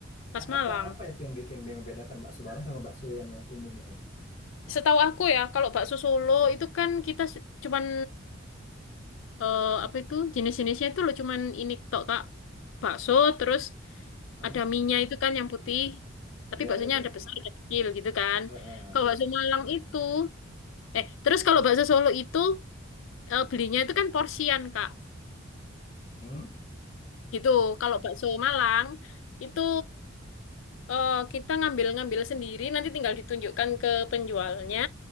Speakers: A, on the left; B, on the left.
A: khas
B: A-
A: Malang.
B: Apa apa itu yang bikin membedakan bakso Malang sama bakso yang la- umumnya itu?
A: Setahu aku ya, kalau bakso Solo itu kan kita s- cuman eh, apa itu jenis-jenisnya itu loh cuman ini tok Kak. Bakso terus
B: Hmm.
A: ada minyak itu kan yang putih. Tapi
B: Ya,
A: baksonya
B: ada tuh.
A: ada besar, ada kecil gitu kan.
B: Eh, eh,
A: Kalau
B: basic.
A: bakso Malang itu eh terus kalau bakso Solo itu eh, belinya itu kan porsian Kak.
B: Hmm.
A: Gitu. Kalau bakso Malang itu eh, kita ngambil-ngambil sendiri, nanti tinggal ditunjukkan ke penjualnya,